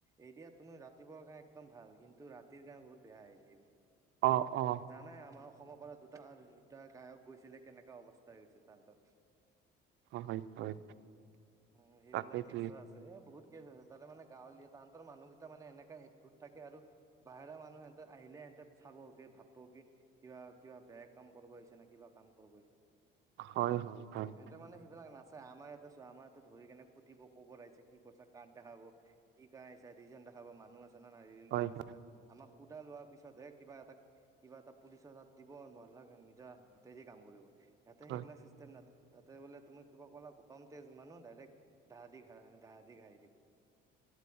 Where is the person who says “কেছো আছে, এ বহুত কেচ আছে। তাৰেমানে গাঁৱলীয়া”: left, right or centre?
Right